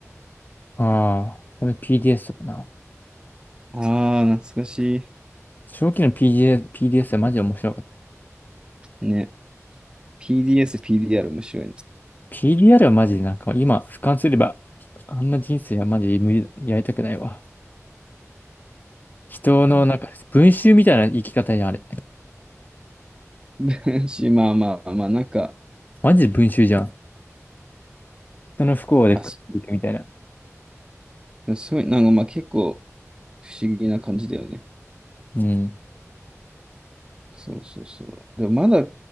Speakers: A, on the left; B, on the right.
A: ああ、それ PDS かな。
B: ああ、懐かし
A: 初期の PDS、PDS はマジで面白かった。
B: い。ね。PDS、PDR 面白いね。
A: PDR はマジでなんか今俯瞰すれば、あんな人生はマジで無理、やりたくないわ。人のなんか文集みたいな生き方やあれ。
B: <laughs> うんし、まあまあまあ、なんか、
A: マジで文集じゃん。人の不幸で食っていくみたいな。
B: あ、そうすごい、なんかまあ結構不思議な感じだよね。
A: うん。
B: そうそうそう。でもまだ